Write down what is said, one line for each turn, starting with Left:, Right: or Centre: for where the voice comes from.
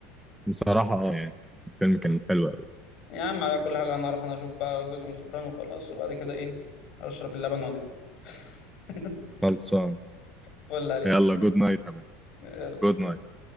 Centre: بصراحة اه يعني الفيلم كان حلو قوي
Left: يا عم على كل حال انا اروح انا اشوف بقى جزء من سوبرانو وخلاص وبعد كده ايه اشرب اللبن وانام <laughs>
Centre: خلصان
Left: فل عليك
Centre: يلا جود نايت يا مان
Left: يلا سلام.
Centre: جود نايت